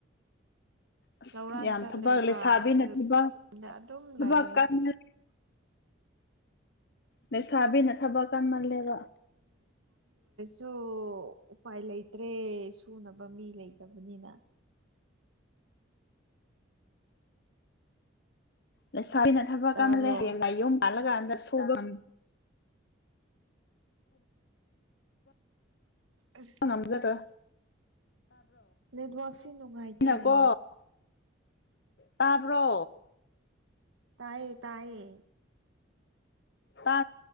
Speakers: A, on the left; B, on the right.
A: ꯑꯁ
B: ꯂꯧꯔꯥꯡ
A: ꯌꯥꯝ
B: ꯆꯠꯂꯦꯕ
A: ꯊꯕꯛ ꯂꯩꯁꯥꯕꯤꯅ
B: ꯑꯗꯨꯗ
A: ꯊꯕꯛ
B: ꯑꯗꯨꯝ
A: ꯊꯕꯛ
B: ꯂꯩꯌꯦ
A: ꯀꯟꯅ ꯂꯩꯁꯥꯕꯤꯅ ꯊꯕꯛ ꯀꯥꯟꯃꯜꯂꯦꯔ
B: ꯁꯨ ꯎꯄꯥꯏ ꯂꯩꯇ꯭ꯔꯦ ꯁꯨꯅꯕ ꯃꯤ ꯂꯩꯇꯕꯅꯤꯅ
A: ꯂꯩꯁꯥꯏꯅ ꯊꯕꯛ
B: ꯇꯥꯕ꯭ꯔꯣ
A: ꯀꯟꯃꯜꯂꯦ ꯍꯌꯦꯡꯋꯥꯏ ꯌꯨꯝ ꯄꯜꯂꯀꯥꯟꯗ ꯁꯨꯕ ꯑꯝ
B: ꯑꯁ
A: ꯅꯝꯖꯔꯣꯏ
B: ꯅꯦꯠꯋꯥꯛꯁꯤ ꯅꯨꯡꯉꯥꯏꯇꯦꯅꯦ
A: ꯅꯀꯣ ꯇꯥꯕ꯭ꯔꯣ
B: ꯇꯥꯌꯦ ꯇꯥꯌꯦ
A: ꯇ